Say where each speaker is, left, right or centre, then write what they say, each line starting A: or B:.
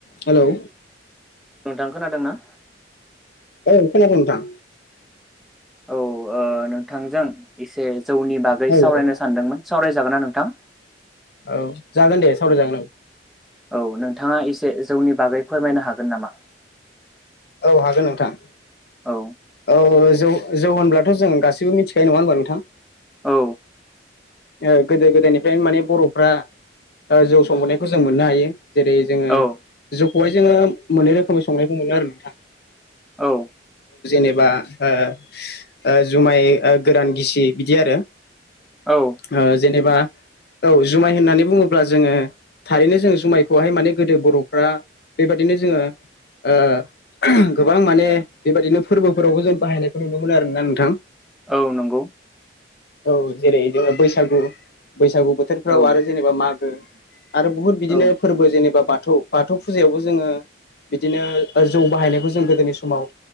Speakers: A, on the left (about 55°); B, in the centre.
A: Hello?
B: नोंथां खोनादोंना?
A: औ खोनादों नोंथां।
B: औ ओ नोंथांजों इसे जौनि बागै
A: औ
B: सावरायनो
A: औ
B: सानदोंमोन सावरायजागोनना नोंथां?
A: औ जागोन दे सावराय जागोन औ।
B: औ नोंथाङा इसे जौनि बागै फोरमायनो हागोन नामा?
A: औ हागोन नोंथां।
B: औ।
A: औ जौ जौ होनब्लाथ' जों गासिबो मिथिखायो, नङा होनबा नोंथां?
B: औ।
A: ओ गोदो गोदायनिफ्रायनो माने बर'फ्रा ओ जौ संबोनायखौ जों मोननो हायो। जेरै जोङो
B: औ
A: जौखौहाय जोङो मोननै रोखोमै संनायखौ मोनो आरो नोंथां।
B: औ।
A: नेबा ओ ओ जुमाय ओ गोरान गिसि बिदि आरो।
B: औ
A: ओ जेनेबा औ जुमाय होननानै बुङोब्ला जोङो थारैनो जोंङो जुमायखौहाय माने गोदो बर'फ्रा बेबादिनो जोङो ओ गोबां माने बेबादिनो फोरबोफोरावबो जों बाहायनायखौ नुनो मोनो आरोना नोंथां।
B: औ नंगौ।
A: औ जेरै जोङो बैसागु, बैसागु बोथोरफ्राव
B: औ
A: आरो जेनेबा मागो। आरो बुहुत बिदिनो
B: औ
A: फोरबो जेनेबा बा थौ, बाथौ फुजायावबो जोङो बिदिनो जौ बाहायनायखौ जों गोदोनि समाव